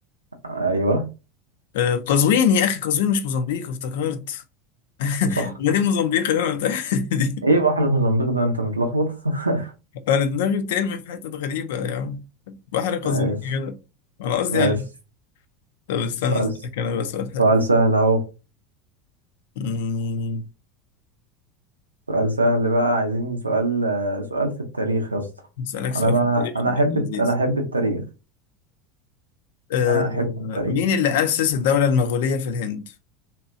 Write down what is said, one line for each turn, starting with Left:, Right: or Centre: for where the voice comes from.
Right: أيوه
Left: آه، قزوين يا أخي قزوين مش موزمبيق افتكرت <laughs>
Right: وصح
Left: ما دي موزمبيق اللي أنا قلتها <laughs> دي
Right: إيه بحر موزمبيق ده أنت متلخبط <laughs>
Left: أنا دماغي بترمي في حتت غريبة يا عم بحر قزوين
Right: ماشي
Left: يا جدع أنا قصدي
Right: ماشي
Left: عليه طب استنى
Right: سؤال
Left: أسألك أنا بقى سؤال حلو
Right: سؤال سهل أهو
Left: أمم،
Right: سؤال سهل بقى عايزين سؤال سؤال في التاريخ يا اسطى
Left: أسألك سؤال
Right: أنا بقى
Left: في التاريخ
Right: أنا
Left: لذيذ
Right: أحب الت- أنا أحب التاريخ
Left: آه،
Right: أنا أحب التاريخ
Left: مين اللي أسس الدولة المغولية في الهند؟